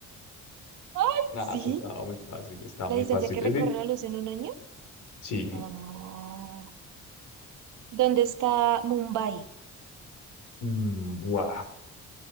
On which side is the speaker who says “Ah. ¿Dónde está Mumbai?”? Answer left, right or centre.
Right